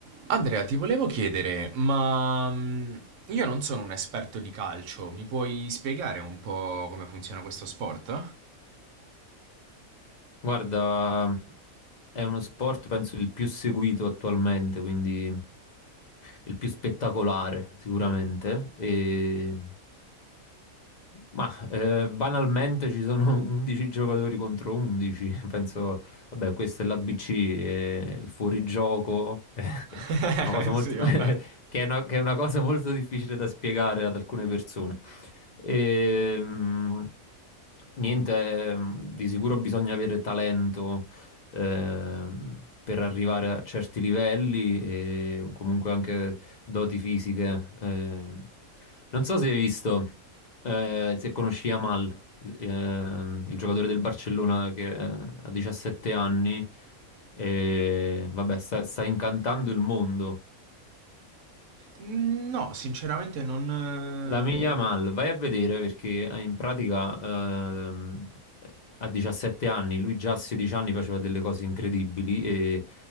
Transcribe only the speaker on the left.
Guarda, è uno sport penso il più seguito attualmente, quindi il più spettacolare sicuramente. E... Ma eh, banalmente ci sono <laughs> 11 giocatori contro 11, penso, vabbè, questo è l'ABC, è il fuorigioco, <laughs> è
una cosa molto...
<laughs> che è una, che è una cosa molto difficile da spiegare ad alcune persone. E, mh, niente, mh, di sicuro bisogna avere talento ehm, per arrivare a certi livelli e comunque anche doti fisiche. ehm. Non so se hai visto, eh, se conosci Yamal, il, ehm, il giocatore del Barcellona che eh, ha 17 anni e vabbè, sta sta incantando il mondo.
La Miglia Mal, vai a vedere perché eh, in pratica ehm, a 17 anni, lui già a 16 anni faceva delle cose incredibili e